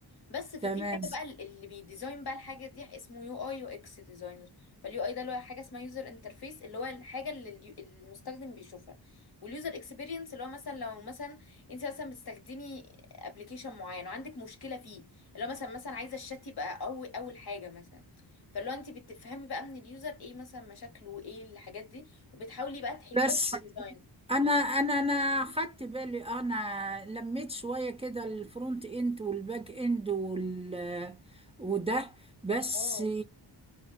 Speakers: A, on the left; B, on the right.
A: بس ففي
B: تمام
A: حاجه بقى اللي بيديزاين بقى الحاجه دي اسمه يو اي يو اكس ديزاينر فاليو اي ده اللي هو حاجه اسمها يوزر انترفيس اللي هو الحاجه اللي اليو- المستخدم بيشوفها واليوزر اكسبيرينس اللي هو مثلا لو مثلا انت مثلا بتستخدمي ابلكيشن معين وعندك مشكله فيه اللي هو مثلا مثلا عايزه الشات يبقى قوي اول حاجه مثلا فاللي هو انت بتفهمي بقى من اليوزر ايه مثلا مشاكله وايه الحاجات دي وبتحاولي بقى تحليها
B: بس
A: في الديزاين
B: انا انا انا خدت بالي آه، انا لميت شويه كده الفرونت اند والباك اند وال وده بس
A: اه